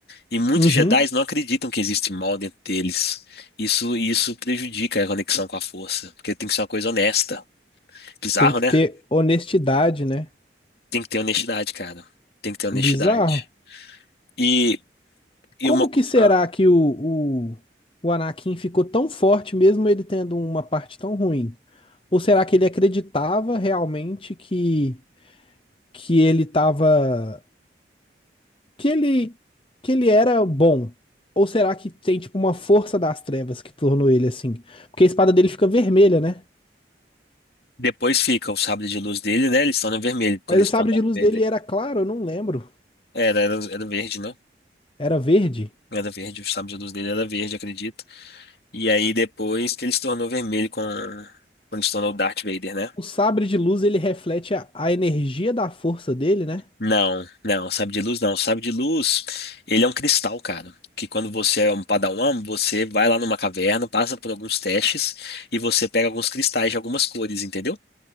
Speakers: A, on the left; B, on the left.
A: E muitos
B: uhum.
A: Jedis não acreditam que existe mal dentro deles. Isso isso prejudica a conexão com a força, porque tem que ser uma coisa honesta. Bizarro,
B: Tem que
A: né?
B: ter honestidade, né?
A: Tem que ter honestidade, cara. Tem que ter honestidade.
B: Bizarro.
A: E, e
B: Como
A: uma co-
B: que será
A: ah,
B: que o, o, o Anakin ficou tão forte mesmo ele tendo uma parte tão ruim? Ou será que ele acreditava realmente que, que ele tava, que ele, que ele era bom? Ou será que tem tipo uma força das trevas que tornou ele assim? Porque a espada dele fica vermelha, né?
A: depois fica o sabre de luz dele, né? Ele se torna vermelho quando
B: Mas
A: ele
B: o
A: se
B: sabre
A: torna Dark
B: de luz
A: Vader.
B: dele era claro, eu não lembro.
A: Era, era, era verde, né?
B: Era verde.
A: Era verde, o sabre de luz dele era verde, acredito. E aí depois que ele se tornou vermelho com... quando se tornou Darth Vader, né?
B: O sabre de luz ele reflete a, a energia da força dele, né?
A: Não, não, sabe de luz não. Sabe de luz, ele é um cristal, cara. Que quando você é um padawan, você vai lá numa caverna, passa por alguns testes e você pega alguns cristais de algumas cores, entendeu?